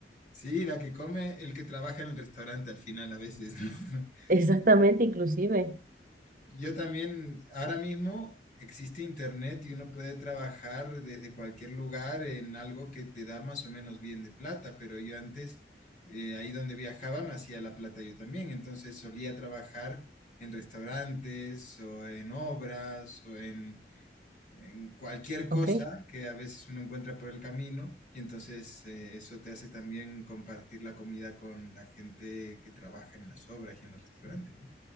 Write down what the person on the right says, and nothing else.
<laughs>
exactamente, inclusive,
¿ok?